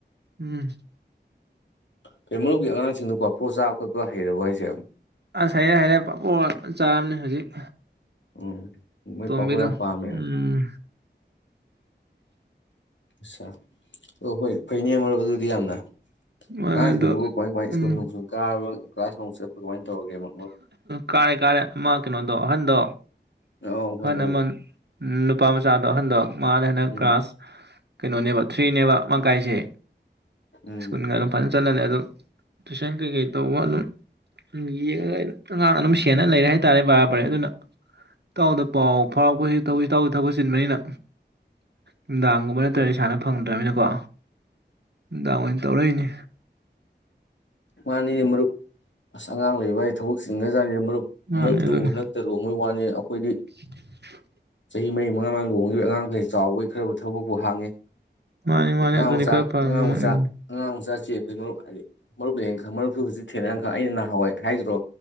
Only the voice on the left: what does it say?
ꯐꯩ ꯃꯔꯨꯞꯀꯤ ꯑꯉꯥꯡꯁꯤꯡꯗꯨ ꯀꯐꯨ ꯆꯥꯕ ꯈꯣꯠꯄ ꯍꯩꯔꯕ ꯍꯥꯏꯁꯦ
ꯎꯝ ꯃꯣꯏ
ꯄꯥꯐꯣꯔ ꯌꯥꯝ ꯄꯥꯝꯃꯦ
ꯆꯥ ꯑꯣ ꯐꯩꯅꯦ ꯃꯔꯨꯞ ꯑꯗꯨꯗꯤ ꯌꯥꯝꯅ
ꯑꯉꯥꯡꯁꯤꯡꯗꯨꯕꯨ
ꯀꯃꯥꯏ ꯀꯃꯥꯏ
ꯁ꯭ꯀꯨꯜ ꯅꯨꯡꯁꯨꯜ ꯀꯥꯔꯕ ꯀ꯭ꯂꯥꯁ ꯅꯣꯡ ꯆꯠꯄ ꯀꯃꯥꯏ ꯇꯧꯔꯒꯦꯕ
ꯑꯧ ꯍꯣꯏ
ꯃꯔꯨꯞ
ꯎꯝ
ꯎꯝ
ꯍꯣꯏ
ꯃꯅꯤꯅꯦ ꯃꯔꯨꯞ ꯑꯁ ꯑꯉꯥꯡ ꯂꯩ ꯚꯥꯏ ꯊꯕꯛ ꯆꯤꯟꯒ꯭ꯔꯖꯥꯠꯅꯤ ꯃꯔꯨꯞ
ꯃꯔꯨꯞꯇꯕꯨ
ꯍꯟꯗꯛꯇ ꯂꯨꯍꯣꯡꯕꯩ ꯋꯥꯅꯤ ꯑꯩꯈꯣꯏꯗꯤ
ꯆꯍꯤ ꯃꯔꯤ ꯃꯉꯥ ꯃꯉꯥ ꯂꯨꯣꯡꯈꯤꯕ ꯑꯉꯥꯡꯈꯩ ꯆꯥꯎꯕꯒꯤ ꯈꯔ ꯊꯕꯛꯄꯨ ꯍꯥꯡꯉꯦ
ꯑꯉꯥꯡ
ꯃꯆꯥ
ꯑꯉꯥꯡ ꯃꯆꯥ
ꯑꯉꯥꯡ ꯃꯆꯥ ꯃꯔꯨꯞ ꯍꯥꯏꯔꯤ ꯃꯔꯨꯞꯅ ꯍꯦꯟ ꯈꯪ ꯃꯔꯨꯞꯁꯨ ꯍꯧꯖꯤꯛ ꯊꯦꯡꯅꯒ ꯈꯪꯅꯤ ꯑꯩꯅ ꯅꯍꯥꯟꯋꯥꯏ ꯍꯥꯏꯒꯤꯗ꯭ꯔꯣ